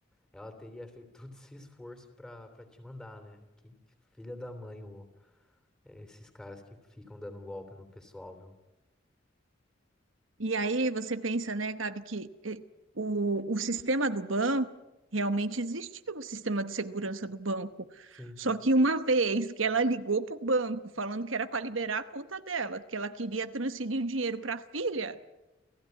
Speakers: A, in the centre; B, on the right (about 85°).
A: ela teria feito <laughs> todo esse esforço pra para te mandar, né? Que filha da mãe, ô, é, esses caras que ficam dando um golpe no pessoal, viu?
B: E aí você pensa, né, Gabi, que eh, o, o sistema do banco realmente existia o sistema de segurança do banco.
A: Sim,
B: Só que uma vez que ela ligou para o banco falando que era para liberar a conta dela, que ela queria transferir o dinheiro para a filha,